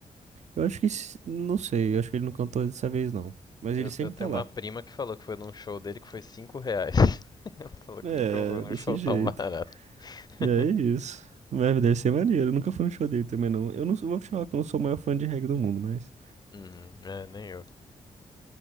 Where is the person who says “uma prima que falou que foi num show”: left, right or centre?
Left